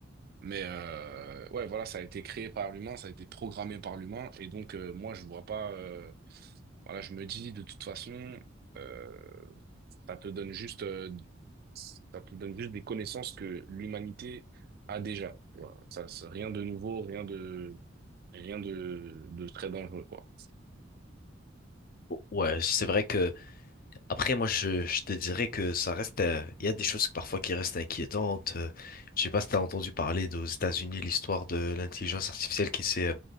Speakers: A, on the right; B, on the left.
A: Mais euh, ouais, voilà, ça a été créé par l'humain, ça a été programmé par l'humain. Et donc, euh, moi, je vois pas. euh, voilà, je me dis, de toute façon, euh, ça te donne juste, euh, ça te donne juste des connaissances que l'humanité a déjà. Voilà. Ça, c'est rien de nouveau, rien de, rien de, de très dangereux, quoi.
B: Ouais, c'est vrai que Après, moi, je, je te dirais que ça reste, euh, il y a des choses parfois qui restent inquiétantes. Euh, je sais pas si t'as entendu parler d'aux États-Unis l'histoire de l'intelligence artificielle qui s'est, euh,